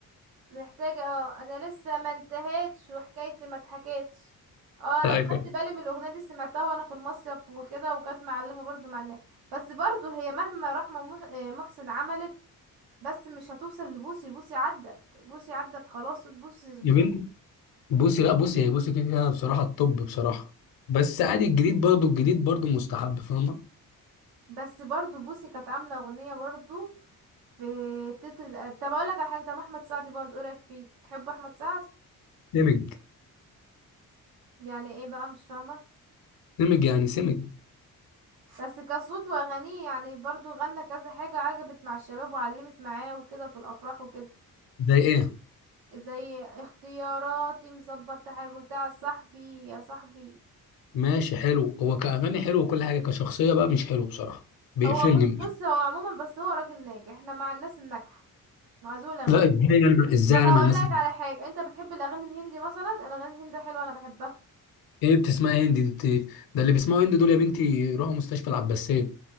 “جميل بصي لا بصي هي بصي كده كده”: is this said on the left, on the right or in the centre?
Left